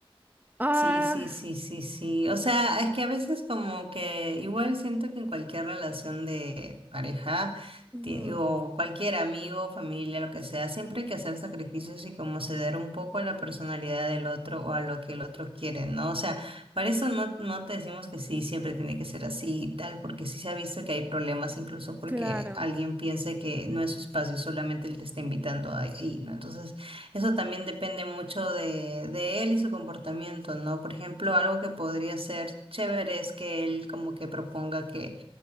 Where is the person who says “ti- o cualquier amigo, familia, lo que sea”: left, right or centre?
Right